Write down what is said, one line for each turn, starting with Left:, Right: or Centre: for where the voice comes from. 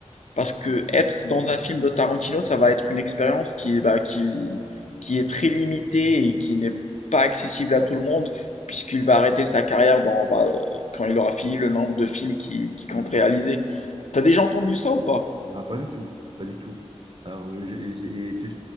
Left: Parce que être dans un film de Tarantino, ça va être une expérience qui, bah, qui, qui est très limitée et qui n'est pas accessible à tout le monde, puisqu'il va arrêter sa carrière dans, bah, euh, quand il aura fini le nombre de films qu'il qui compte réaliser. T'as déjà entendu ça ou pas?
Right: Ah, pas du tout, pas du tout. Alors, euh, j'ai- et tu,